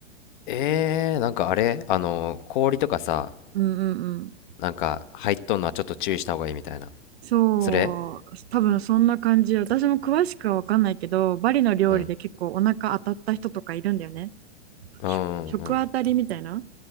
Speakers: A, on the left; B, on the right.
A: えー、なんかあれあの、氷とかさ、
B: うんうんうん。
A: なんか入っとんのはちょっと注意した方がいいみたいな。
B: そう、
A: それ
B: 多分そんな感じ。私も詳しくは分かんないけど、バリの料理で結構お腹当たった人とかいるんだよね。
A: うん。うんうん
B: 食食当たりみたいな